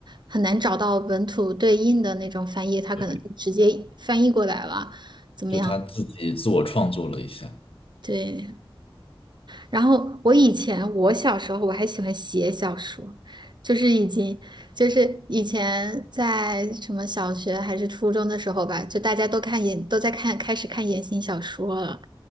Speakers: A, on the right (about 50°); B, on the left (about 80°).
A: 很难找到本土对应的那种翻译，它可能就直接翻译过来了。
B: 对，
A: 怎么样？
B: 就他自己自我创作了一下。
A: 对，然后我以前我小时候我还喜欢写小说，就是已经就是以前在什么小学还是初中的时候吧，就大家都看言都在看开始看言情小说了，